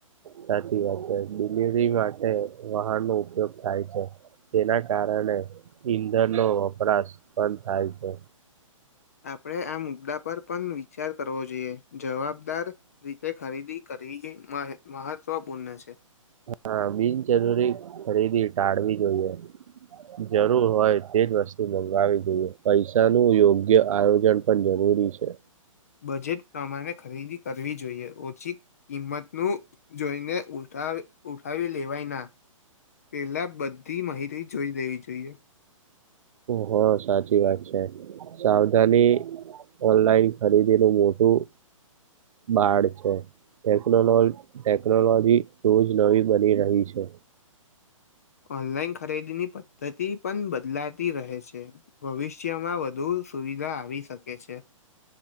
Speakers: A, on the right; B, on the left.
A: સાચી વાત છે ડિલિવરી માટે વાહન નો ઉપયોગ થાય છે. તેના કારણે ઈંધણનો વપરાશ બંધ થાય છે.
B: આપડે આ મુ દ્દા પર પણ વિચાર કરવો જોઈએ જવાબદાર રીતે ખરીદી કર વીએ મહે મહત્વપૂર્ણ છે.
A: હા બિનજરૂરી ખરીદી ટાળવી જોઈએ. જરૂર હોય તેજ વસ્તુ મંગાવી દઈએ પૈસા નું યોગ્ય આયોજન પણ જરૂરી જરૂરી છે.
B: બજેટ પ્રમાણે ખરીદી કરવી જોઈએ ઓછી કિંમત નું જોઈને ઉલટા ઉઠાવી લેવાય ના પેલા બ ધી માહિતી જોઈ લેવી જોઈએ.
A: હ સાચી વાત છે સાવધાની ઓનલાઈન ખરીદી નું મોટું બાર છે. ટેકનોલો ટેકનોલોજી રોજ નવી બની રહી છે.
B: ઓનલાઈન ખરીદી ની પદ્ધતિ પણ બદલાતી રહે છે. ભવિષ્યમાં વધુ સુવિધા આવી શકે છે.